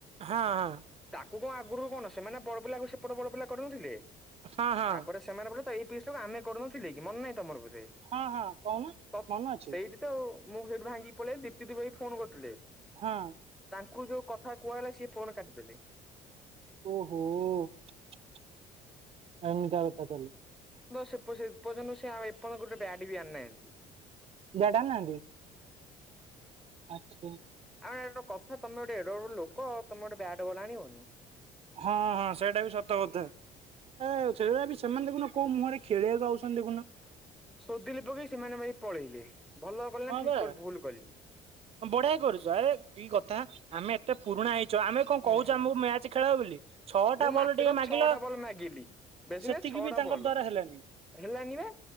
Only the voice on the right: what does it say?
ହଁ ହଁ।
ହଁ ହଁ ହଁ।
ହଁ ହଁ। କହୁନ
ମନେ ଅଛି
ହଁ।
ଓହୋ ଏମିତିଆ କଥା ତାହେଲେ।
ବ୍ୟାଟ ଆଣି ନାହାନ୍ତି। ଆଚ୍ଛା।
ହଁ ହଁ ସେଇଟା ବି ସତକଥା ଆ ସେବି ସେମାନେ ଦେଖୁନ। କଉ ମୁହଁରେ ଖେଳିଆକୁ ଆଉଛନ୍ତି ଦେଖୁନ।
ହଁ
ପରା
ବଢିଆ କରୁଛୁ ଆରେ କି କଥା ଆମେ ଏତେ ପୁରୁଣା ହେଇ ଚ ଆମେ କଣ
କହୁଛୁ ଆମକୁ ମ୍ୟାଚ ଖେଳାଅ ବୋଲି ଛଅଟା
ବଲ୍ ଟିକେ ମାଗିଲ।
ସେତିକି
ବି ତାଙ୍କ
ଦ୍ଵାରା ହେଲାନି।